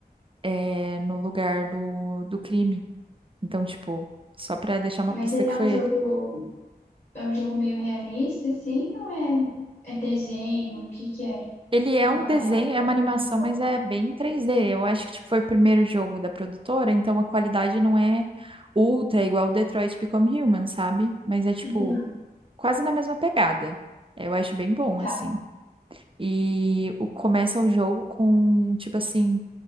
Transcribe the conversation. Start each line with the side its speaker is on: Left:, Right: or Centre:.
Right: é, no lugar do, do crime. Então, tipo, só pra deixar uma
Left: Mas
Right: pista
Left: ele
Right: que
Left: é
Right: foi
Left: um jogo,
Right: ele.
Left: é um jogo meio realista, assim, ou é, é desenho? O que que é?
Right: Ele é
Left: Como
Right: um desenho,
Left: é
Right: é
Left: o
Right: uma animação,
Left: jogo?
Right: mas é bem 3D. Eu acho que tipo, foi o primeiro jogo da produtora, então a qualidade não é ultra, igual o Detroit Become Human, sabe? Mas é tipo
Left: Uhum,
Right: quase na mesma pegada. Eu acho bem bom,
Left: tá.
Right: assim. E o- começa o jogo com, tipo assim,